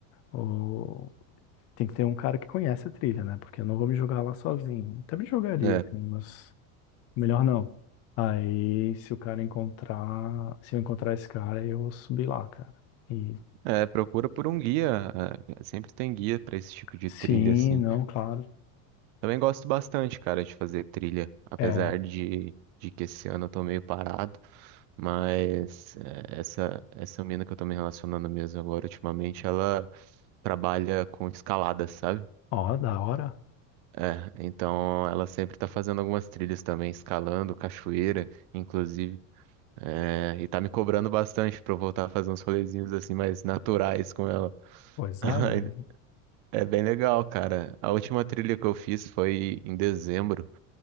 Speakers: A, on the left; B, on the right.
A: Ou tem que ter um cara que conhece a trilha, né? Porque eu não vou me jogar lá sozinho. Até me jogaria,
B: É,
A: assim, mas melhor não. Aí se o cara encontrar, se eu encontrar esse cara, eu vou subir lá, cara. E
B: é, procura por um guia. é, Sempre tem guia pra esse tipo de
A: sim,
B: trilha, assim.
A: não, claro.
B: Também gosto bastante, cara, de fazer trilha, apesar
A: É,
B: de, de que esse ano eu tô meio parado. Mas é, essa essa mina que eu tô me relacionando mesmo agora ultimamente, ela trabalha com escalada, sabe?
A: ó, da hora.
B: É, então ela sempre tá fazendo algumas trilhas também, escalando, cachoeira, inclusive. É, e tá me cobrando bastante pra eu voltar a fazer uns rolezinhos assim mais naturais com ela.
A: Pois
B: <laughs>
A: é, velho.
B: É bem legal, cara. A última trilha que eu fiz foi em dezembro.